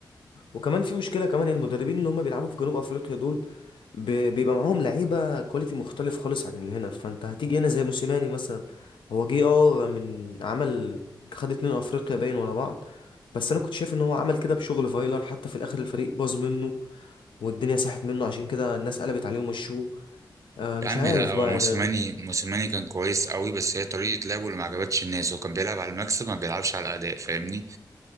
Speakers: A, on the left; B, on the right.
A: وكمان في مشكله كمان المدربين اللي هم بيلعبوا في جنوب افريقيا دول ب- بيبقى معاهم لعيبه كواليتي مختلف خالص عن اللي هنا فانت هتيجي هنا زي موسيماني مثلا هو جه اه من عمل خد اتنين افريقيا باين ورا بعض بس انا كنت شايف ان هو عمل كده بشغل فايلر حتى في الاخر الفريق باظ منه والدنيا ساحت منه عشان كده الناس قلبت عليه ومشوه آه مش
B: يا عم
A: عارف
B: لا هو
A: بقى
B: موسيماني
A: يعني
B: موسيماني كان كويس قوي بس هي طريقة لعبه اللي ما عجبتش الناس هو كان بيلعب على المكسب ما بيلعبش على الأداء فاهمني